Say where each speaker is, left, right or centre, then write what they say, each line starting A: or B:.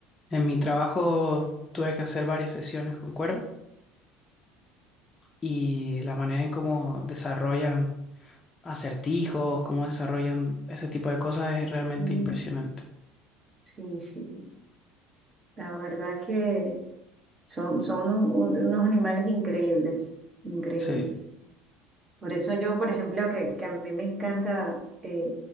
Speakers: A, on the left (about 20°); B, on the right (about 25°).
A: en mi trabajo tuve que hacer varias sesiones con cuervos y la manera en cómo desarrollan acertijos, cómo desarrollan ese tipo de cosas es realmente
B: Mm,
A: impresionante.
B: Sí, sí. La verdad que son, son un- unos animales increíbles, increíbles.
A: Sí,
B: Por eso yo, por ejemplo, que, que a mí me encanta eh,